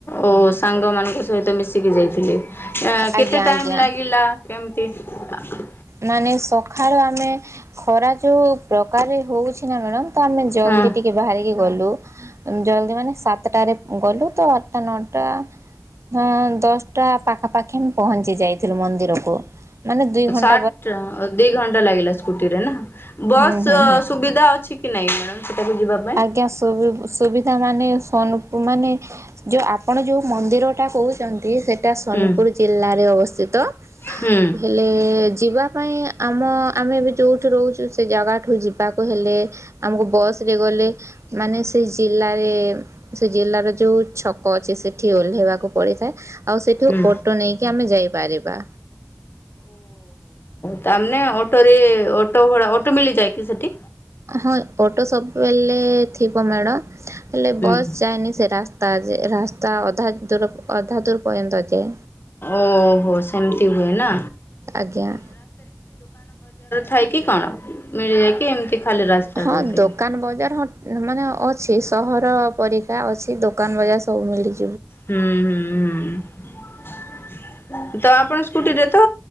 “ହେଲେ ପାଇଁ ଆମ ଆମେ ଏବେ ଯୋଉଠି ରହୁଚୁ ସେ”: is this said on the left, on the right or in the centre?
Right